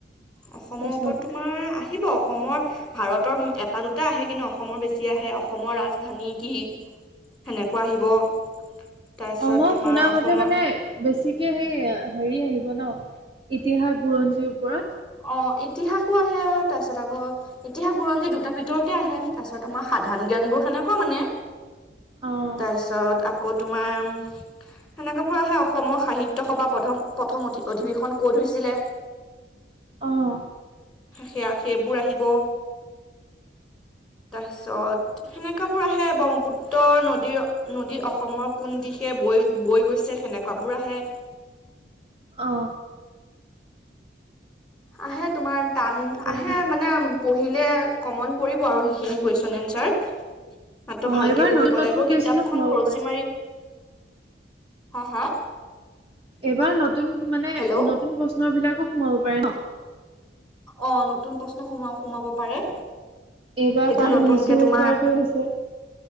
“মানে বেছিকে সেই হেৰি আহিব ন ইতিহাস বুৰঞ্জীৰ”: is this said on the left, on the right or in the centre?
Right